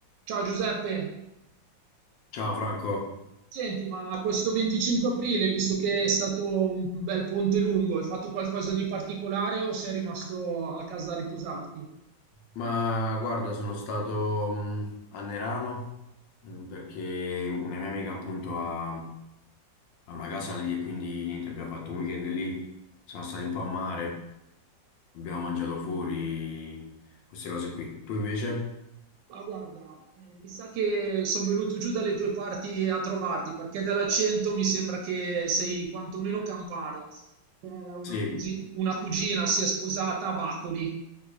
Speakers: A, on the right (about 75°); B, on the left (about 75°).
A: Ciao Giuseppe,
B: Ciao Franco,
A: senti, ma questo 25 aprile, visto che è stato un bel ponte lungo, hai fatto qualcosa di particolare o sei rimasto a casa a riposarti?
B: ma guarda, sono stato mh, a Nerano mh, perché una mia amica appunto ha, ha una casa lì e quindi niente, abbiamo fatto un weekend lì, siamo stati un po' a mare, abbiamo mangiato fuori, queste cose qui. Tu invece?
A: Ma guarda, eh, mi sa che sono venuto giù dalle tue parti a trovarti, perché dall'accento mi sembra che sei quantomeno campano. Eh, una
B: Sì.
A: cugi- una cugina si è sposata a Bacoli.